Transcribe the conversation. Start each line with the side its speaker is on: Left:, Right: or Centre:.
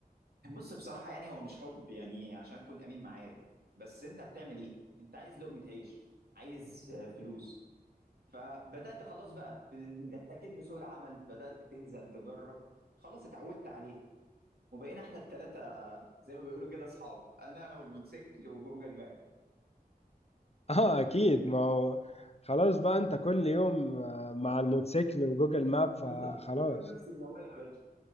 Right: بص بصراحة يعني هو مش حب يعني عشان أكون أمين معاك بس أنت هتعمل إيه؟ أنت عايز لقمة عيش عايز آه، فلوس فبدات خلاص بقى احتكيت بسوق العمل بدات تنزل تجرب خلاص اتعودت عليه وبقينا احنا الثلاثه زي ما بيقولوا كده اصحاب انا والموتوسيكل وجوجل ماب
Left: <laughs> اه اكيد ما هو خلاص بقى انت كل يوم آه، مع الموتوسيكل وجوجل ماب فخلاص
Right: بالظبط كل يوم نفس الموال يا باشا